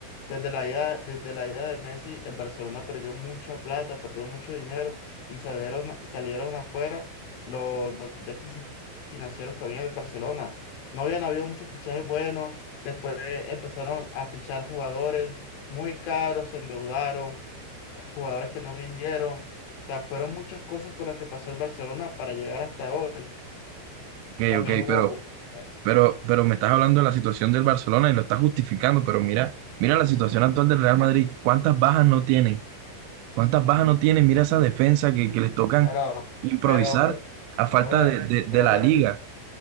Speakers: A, on the left; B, on the right.
A: Desde la ida, desde la ida de Messi, el Barcelona perdió mucha plata, perdió mucho dinero y salieron, y salieron afuera los, los déficits financieros que había en el Barcelona. No habían habido muchos fichajes buenos, después empezaron a fichar jugadores muy caros, se endeudaron, jugadores que no rindieron. O sea, fueron muchas cosas por las que pasó el Barcelona para llegar hasta hoy.
B: Ok,
A: También
B: ok,
A: hubo,
B: pero,
A: eh,
B: pero, pero me estás hablando de la situación del Barcelona y lo estás justificando, pero mira, mira la situación actual del Real Madrid, ¿cuántas bajas no tienen? ¿Cuántas bajas no tienen? Mira esa defensa que, que les tocan
A: pero,
B: improvisar
A: pero, bro-
B: a falta
A: brother,
B: de, de, de
A: brother,
B: la liga.